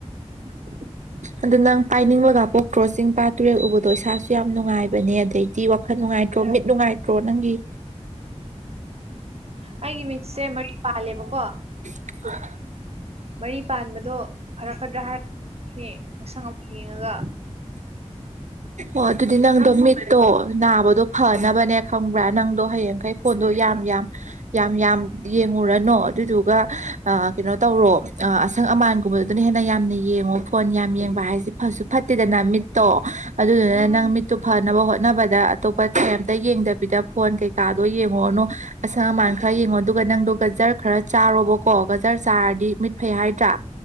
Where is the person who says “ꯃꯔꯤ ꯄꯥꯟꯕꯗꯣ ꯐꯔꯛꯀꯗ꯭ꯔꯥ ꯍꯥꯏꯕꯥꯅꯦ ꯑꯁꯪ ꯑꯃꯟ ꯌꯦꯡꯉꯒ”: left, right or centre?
Right